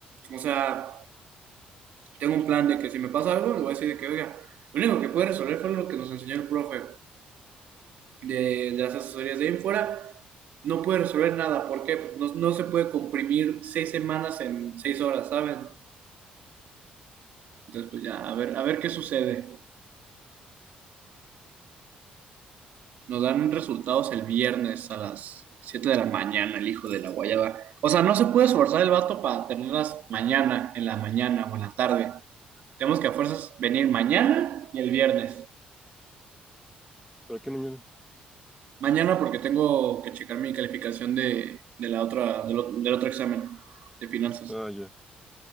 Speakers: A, on the right; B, in the centre.
A: o sea, tengo un plan de que si me pasa algo, le voy a decir de que, oiga, lo único que puede resolver fue lo que nos enseñó el profe de, de las asesorías de ahí en fuera. No puede resolver nada, ¿por qué? Pues no, no se puede comprimir seis semanas en seis horas, ¿saben? Entonces, pues ya, a ver, a ver qué sucede. Nos dan resultados el viernes a las 7 de la mañana, el hijo de la guayaba. O sea, no se puede esforzar el vato para tenerlas mañana, en la mañana o en la tarde. Tenemos que a fuerzas venir mañana y el viernes.
B: ¿Para qué mañana?
A: Mañana porque tengo que checar mi calificación de, de la otra, del, ot- del otro examen de finanzas.
B: Ah, ya.